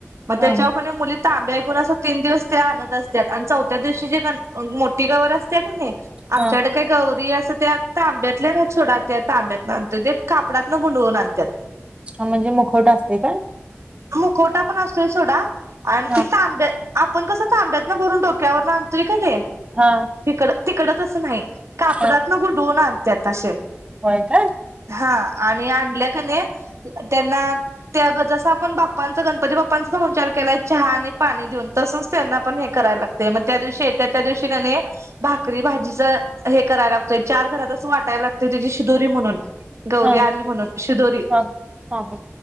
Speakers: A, on the right; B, on the right.
A: मग
B: हा
A: त्याच्यावर कणी मुली तांब्या घेऊन अस तीन दिवस ते आणत असतात. आणि चौथ्या दिवशी जे मोठी गवर असत्या कणी आमच्याकड
B: हा
A: काही गौरी असं ते तांब्यातल्या नाहित सोडा त्या तांब्यात बांधतोय ते कापडातन गुंडाळून आणतात.
B: म्हणजे मुखवट असते काय.
A: मुखवटा पण असतोय सोडा. आणि
B: हा
A: ते तांब्या आपण कसं ताब्यातन भरून डोक्यावर ना आणतोय कणी
B: हा.
A: तिकड तिकड तसं नाही कापडातन
B: हा
A: गुंडळून आणत्यात असे.
B: होय काय.
A: हा आणि आणल्या कणी त्यांना त्या अगोदर आपण बाप्पांचा गणपती बाप्पांचा पाहुणचार केलाय चहा आणि पाणी देऊन तसंच, त्यांना पण हे करायला लागते. ते म त्या दिवशी येत्यात, त्या दिवशी कनी. भाकरी भाजीच हे करायला लागतोय, चार घरातच असं वाटायां लागतय त्याची शिदोरी म्हणून. गौरी
B: हा
A: आली म्हणून शिदोरी,
B: हा हा हा